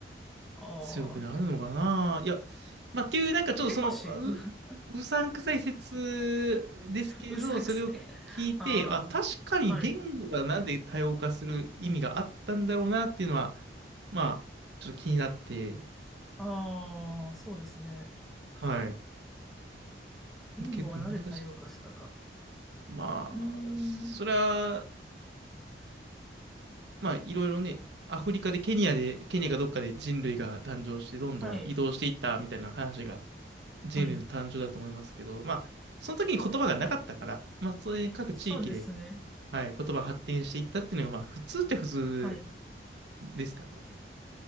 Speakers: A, in the centre; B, on the right (about 75°).
A: ああ、
B: 強くなるのかな。いや、まあ、っていう、なんかちょっとその、
A: テレパシー、
B: う、
A: <laughs>
B: うさんくさい説ですけど、
A: うさんくさい。
B: それを聞いて、
A: あ
B: あ、確かに言語がなんで多様化する意味があったんだろうなっていうのは、
A: あ、はい。
B: まあ、ちょっと気になって、
A: ああ、そうですね。
B: はい。
A: 言語がなぜ多様化したか。
B: 結構難しい。まあ、
A: うーん。
B: それは、まあ、いろいろね、アフリカでケニアで、ケニアがどっかで人類が誕生して、どんどん移動していったみたいな話が
A: はい。
B: 人類の誕生だと思いますけど、
A: はい。
B: まあ、その時に言葉がなかったから、まあ、それ各地域で、
A: そうですね。
B: はい、言葉が発展していったっていうのが、まあ、普通って普通
A: はい。
B: ですからね。